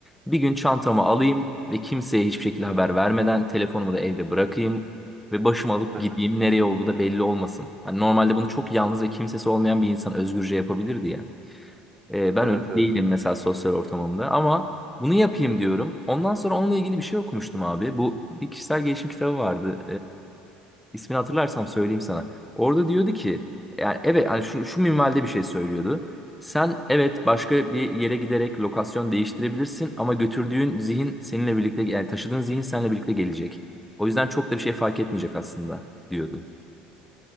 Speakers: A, in the centre; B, on the right (about 25°).
A: Bir gün çantamı alayım ve kimseye hiçbir şekilde haber vermeden telefonumu da evde bırakayım ve başımı alıp
B: <laughs>
A: gideyim nereye olduğu da belli olmasın. Hani normalde bunu çok yalnız ve kimsesi olmayan bir insan özgürce yapabilirdi ya. Ee, ben
B: Evet
A: öyle değilim
B: evet.
A: mesela sosyal ortamımda ama bunu yapayım diyorum. Ondan sonra onunla ilgili bir şey okumuştum abi. Bu bir kişisel gelişim kitabı vardı. İsmini hatırlarsam söyleyeyim sana. Orada diyordu ki yani evet yani şu, şu minvalde bir şey söylüyordu. Sen evet başka bir yere giderek lokasyon değiştirebilirsin ama götürdüğün zihin seninle birlikte yani taşıdığın zihin seninle birlikte gelecek. O yüzden çok da bir şey fark etmeyecek aslında diyordu.